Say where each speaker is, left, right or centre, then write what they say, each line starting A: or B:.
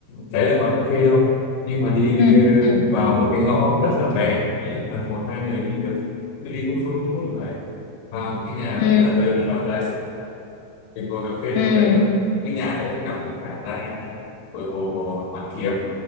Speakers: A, on the left; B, on the left.
A: đấy là quán cà phê đâu nhưng mà đi
B: ừ
A: ờ,
B: ừ
A: vào một cái ngõ rất là bé chỉ tầm một hai người đi được cứ đi vun vút vun vút lại vào một cái nhà
B: ừ
A: rất là lớn ở trong đấy mình ngồi cà phê
B: ừ
A: trong đấy rồi cái nhà đấy là ngắm được khoảng ra bờ hồ Hoàn Kiếm